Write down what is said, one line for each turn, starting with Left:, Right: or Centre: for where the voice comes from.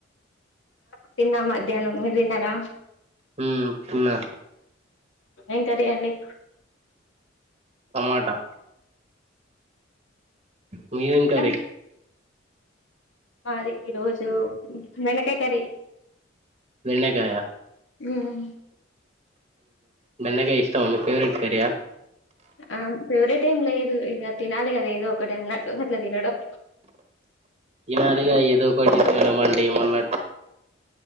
Left: తిన్నా మధ్యాహ్నం మీరు తిన్నారా
Right: హ పునా
Left: ఏం కరండి
Right: టమాటా మీ ఏం కే
Left: ఆ! మాది ఈ రోజు వెనకాయ కర్రీ
Right: బెండకాయ
Left: హ్మ్.
Right: బెండకాయ మీకు ఇష్టమా ఫేవరెట్ కర్రీ ఆ
Left: ఆ ఫివరెట్ ఏం లేదు ఇక తినాలి కదా ఏదో ఒకటి అన్నట్టు అట్లా తినడం
Right: ఇనాదిగా ఎద కొటి తడుమండి మన్న